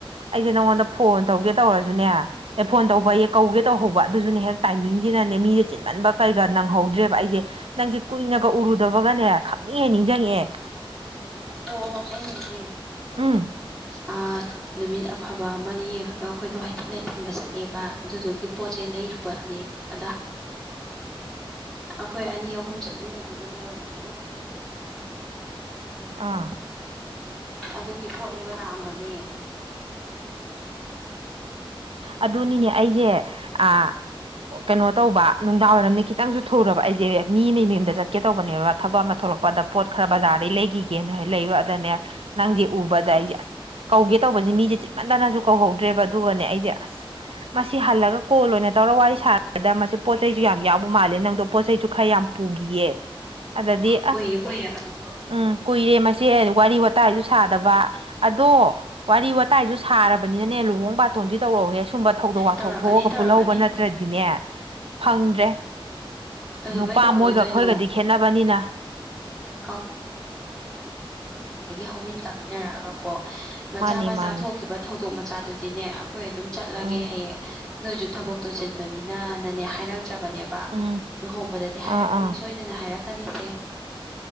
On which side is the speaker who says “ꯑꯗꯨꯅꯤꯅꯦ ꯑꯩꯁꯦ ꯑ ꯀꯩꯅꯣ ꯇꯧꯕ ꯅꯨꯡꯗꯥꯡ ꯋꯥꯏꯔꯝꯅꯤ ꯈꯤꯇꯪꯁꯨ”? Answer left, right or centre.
Right